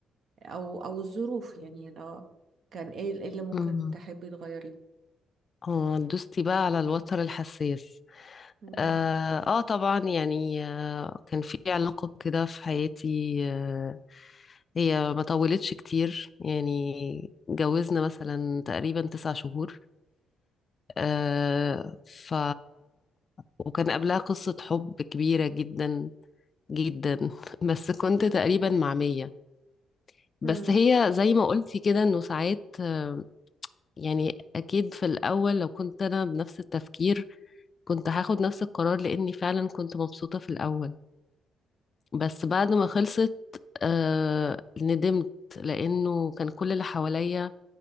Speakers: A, on the right; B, on the left.
A: او او الظروف يعني لو كان ايه إيه اللي ممكن
B: امم
A: تحبي تغيريه
B: اه دوستي بقى على الوتر الحساس
A: مم.
B: اه, آه طبعا يعني آه كان في علاقة كده في حياتي آه هي ما طولتش كتير يعني اتجوزنا مثلا تقريبا تسع شهور آه ف وكان قبلها قصة حب كبيرة جدا جدا <laughs> بس كنت تقريبا مع مية بس
A: مم.
B: هي زي ما قلتي كده انه ساعات آه، يعني اكيد في الاول لو كنت انا بنفس التفكير كنت هاخد نفس القرار لاني فعلا كنت مبسوطة في الاول بس بعد ما خلصت آه ندمت لانه كان كل اللي حواليا